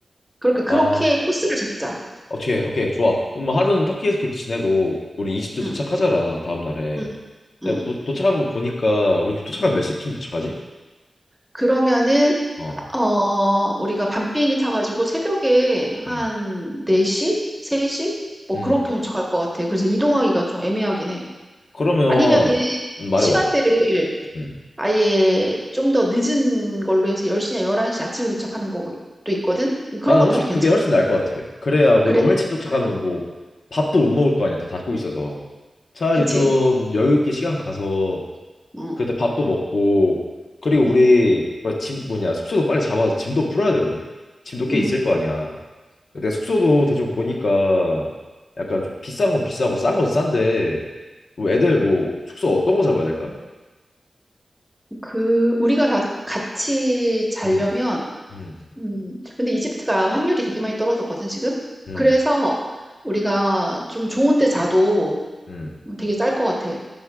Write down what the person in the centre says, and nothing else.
그러니까 그렇게
코스를 잡자.
응,
응, 응.
그러면은
어 우리가 밤 비행기 타가지고 새벽에 한
4시, 3시 뭐
그렇게 도착할 것 같아. 그래서 이동하기가 좀 애매하긴 해.
아니면은
시간대를
아예 좀 더 늦은 걸로 해서 10시냐 11시 아침에 도착하는 것도 있거든? 그런
거
타도 괜찮,
그래?
그치?
응,
응,
응.
그, 우리가 다 같이 자려면,
음, 근데 이집트가 환율이 되게 많이 떨어졌거든, 지금?
그래서 우리가 좀 좋은 데 자도
되게 쌀 것 같아.